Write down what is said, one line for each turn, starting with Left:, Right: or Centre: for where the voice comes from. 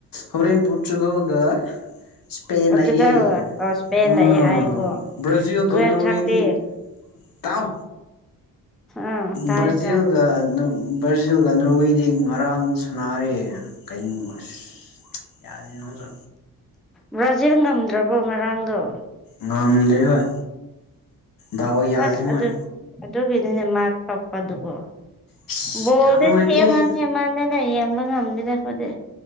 Left: ꯍꯣꯔꯦꯟꯦꯟ ꯄꯨꯇ꯭ꯔꯨꯒꯜꯒ ꯏꯁꯄꯦꯟ
Centre: ꯄꯣꯔꯇꯨꯒꯜ
Left: ꯂꯩꯌꯦ
Centre: ꯑꯣ ꯁ꯭ꯄꯦꯟ
Left: ꯎꯝ
Centre: ꯂꯩꯌꯦ ꯍꯥꯏꯀꯣ
Left: ꯕ꯭ꯔꯖꯤꯜꯒ
Centre: ꯇꯨꯋꯦꯜꯞ
Left: ꯅꯣꯔꯋꯦꯗꯤ
Centre: ꯊꯥꯔꯇꯤ
Left: ꯇꯥꯎ
Centre: ꯑꯥ ꯇꯥꯏ
Left: ꯕ꯭ꯔꯥꯖꯤꯜꯒ
Centre: ꯇꯥꯏ
Left: ꯅꯣ ꯕ꯭ꯔꯥꯖꯤꯜꯒ ꯅꯣꯔꯋꯦꯗꯤ ꯉꯔꯥꯡ ꯁꯥꯟꯅꯔꯦ ꯀꯩꯅꯣꯕ ꯑꯁ ꯌꯥꯗꯦ ꯅꯪꯁꯨ
Centre: ꯕ꯭ꯔꯥꯖꯤꯜ ꯉꯝꯗ꯭ꯔꯕꯣ ꯉꯔꯥꯡꯗꯣ
Left: ꯉꯝꯗ꯭ꯔꯦ ꯍꯣꯏ ꯗꯥꯎ ꯌꯥꯗ꯭ꯔꯦ
Centre: ꯑꯁ
Left: ꯃꯣꯏ
Centre: ꯑꯗꯨ ꯑꯗꯨꯒꯤꯅꯤꯅꯦ ꯃꯥ ꯀꯞꯄꯗꯨꯀꯣ
Left: ꯑꯁ
Centre: ꯕꯣꯜꯗꯤ
Left: ꯌꯥꯝ ꯅꯨꯡꯉꯥꯏꯇꯦ
Centre: ꯊꯦꯡꯃꯟ
Left: ꯑꯩ
Centre: ꯊꯦꯡꯃꯟꯂꯤꯅꯦ ꯌꯦꯡꯕ ꯉꯝꯗꯦꯅꯦ ꯑꯩꯈꯣꯏꯗꯤ